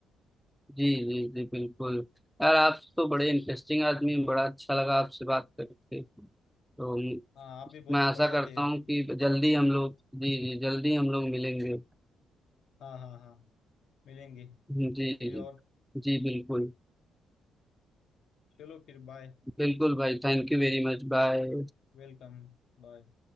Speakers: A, in the centre; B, on the left.
A: जी जी जी बिल्कुल यार आप तो बड़े इंटरेस्टिंग आदमी हैं, बड़ा अच्छा लगा आपसे बात करके तो म-
B: हाँ आप भी बहुत
A: मैं आशा
B: बढ़िया
A: करता
B: थे हाँ
A: हूँ कि जल्दी हम लोग जी जी जल्दी हम लोग मिलेंगे
B: हाँ हाँ मिलेंगे
A: जी
B: फिर
A: जी
B: और
A: जी बिल्कुल
B: चलो फिर बाय
A: बिल्कुल भाई thank you very much bye
B: वेलकम बाय